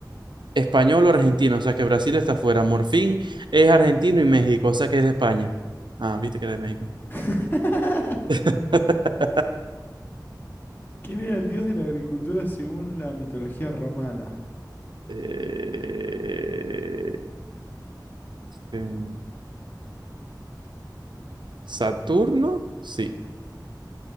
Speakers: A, on the right; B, on the left.
A: español o argentino, o sea que Brasil está fuera. Morfín es argentino y México, o sea que es de España. Ah, viste que era de México.
B: <laughs>
A: <laughs>
B: ¿Quién era el dios de la agricultura según la mitología romana?
A: Eh, em, Saturno, sí,